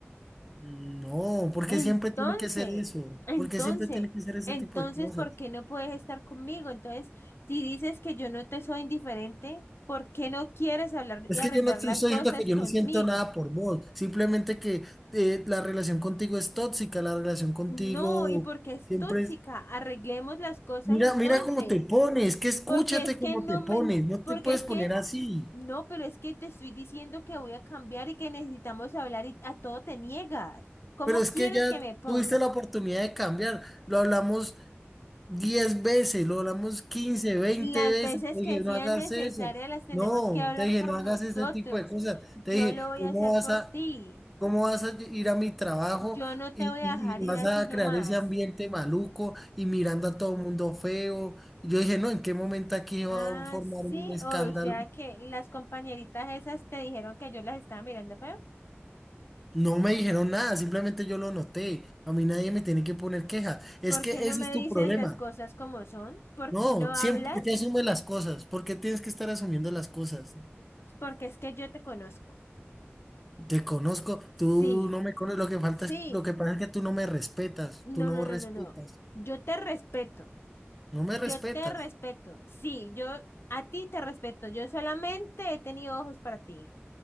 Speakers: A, in the centre; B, on the left.
A: No, porque
B: Entonces,
A: siempre tiene que ser eso?
B: entonces,
A: porque siempre tiene que ser ese
B: entonces,
A: tipo de cosas?
B: ¿por qué no puedes estar conmigo? Entonces, si dices que yo no te soy indiferente, ¿por qué no quieres hablar
A: Es
B: y arreglar
A: que yo no te
B: las
A: estoy
B: cosas
A: diciendo que yo
B: conmigo?
A: no siento nada por vos, simplemente que eh, la relación contigo es tóxica, la relación contigo
B: No, y porque es
A: siempre
B: tóxica,
A: es...
B: arreglemos las cosas
A: Mira,
B: entonces.
A: mira cómo te pones, que escúchate
B: Porque es que
A: cómo
B: no
A: te pones,
B: me,
A: no
B: porque
A: te puedes
B: es
A: poner
B: que,
A: así,
B: no, pero es que te estoy diciendo que voy a cambiar y que necesitamos hablar y a todo te niegas. ¿Cómo
A: pero es
B: quieres
A: que ya
B: que me ponga?
A: tuviste la oportunidad de cambiar, lo hablamos. diez veces, lo hablamos 15 20
B: Las
A: veces,
B: veces
A: te
B: que
A: dije,
B: sean
A: no hagas
B: necesarias
A: eso,
B: las tenemos
A: no,
B: que hablar
A: te dije,
B: por
A: no hagas
B: nosotros.
A: ese tipo de cosas,
B: Yo
A: te dije,
B: lo voy
A: ¿cómo
B: a hacer
A: vas
B: por
A: a,
B: ti.
A: cómo vas a ir a mi trabajo
B: Yo no
A: y,
B: te voy a
A: y-
B: dejar
A: y
B: ir
A: vas
B: así
A: a
B: nomás.
A: crear ese ambiente maluco y mirando a todo el mundo feo? Y yo dije, no, ¿en qué momento aquí se va
B: Ah,
A: a formar
B: sí,
A: un escándalo?
B: o sea que las compañeritas esas te dijeron que yo las estaba mirando feo.
A: No me dijeron nada, simplemente yo lo noté, a mí nadie me tiene que poner queja, es
B: ¿Por
A: que
B: qué no
A: ese
B: me
A: es tu
B: dices
A: problema.
B: las cosas como son? ¿Por
A: No,
B: qué no hablas?
A: siempre te asume las cosas. ¿Por qué tienes que estar asumiendo las cosas?
B: Porque es que yo te conozco.
A: Te conozco,
B: Sí,
A: tú no me conoces, lo que falta
B: sí.
A: es, lo que pasa es que tú no me respetas,
B: No,
A: tú no
B: no,
A: respetas,
B: no, no, no. Yo te respeto.
A: no me
B: Yo
A: respetas,
B: te respeto. Sí, yo a ti te respeto. Yo solamente he tenido ojos para ti.